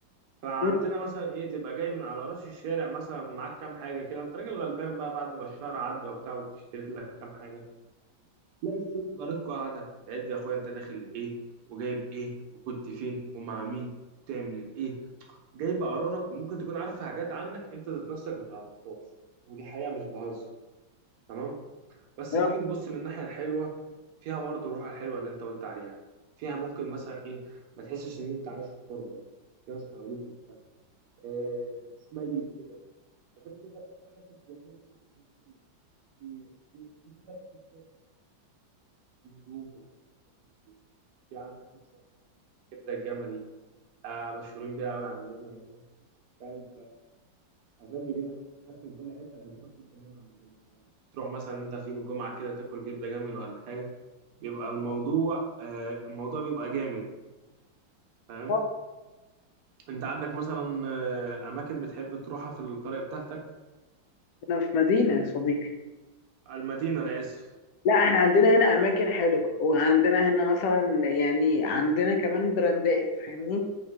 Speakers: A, on the right; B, on the left.
A: فعندنا
B: بقى.
A: مثلا ايه تبقى جاي من على راس الشارع مثلا معاك كام حاجه كده انت راجل غلبان بقى بعد ما الشهر عدى وبتاع وبتشتري لك كام حاجه تلاقي الست جارتكوا قاعده تعد يا اخويا انت داخل بايه وجايب ايه وكنت فين ومع مين وبتعمل ايه جايبه قرارك وممكن تكون عارفه حاجات عنك انت ذات نفسك ما تعرفهاش ودي حقيقه مش بهزر تمام بس
B: يا
A: تيجي تبص للناحية الحلوة فيها برضه الروح الحلوة اللي انت قلت عليها فيها ممكن مثلا ايه ما تحسش ان انت عايش في تربة في ناس حواليك وبتاع آه مش ميت كده غير كده في اماكن سياحية كتير عندنا حلوة في في في شارع اسمه شارع السياحة عندنا في هدوم ولبس وحاجات من دي في عندك مثلا حاجة كبدة الجملي آه مشهورين بيها قوي عندنا هنا فاهم فعشان بيجي لنا ناس من كل حتة عشان تاكل كبدة الجمل عندنا فتروح مثلا انت في يوم الجمعة كده تاكل كبدة جمل ولا حاجة بيبقى الموضوع آه، الموضوع بيبقى جامد فاهم
B: أخبار؟
A: انت عندك مثلا آه، اماكن بتحب تروحها في القرية بتاعتك
B: احنا في مدينه يا صديقي
A: المدينة انا اسف
B: لا احنا عندنا هنا اماكن حلوه وعندنا هنا مثلا يعني عندنا كمان براندات فاهمني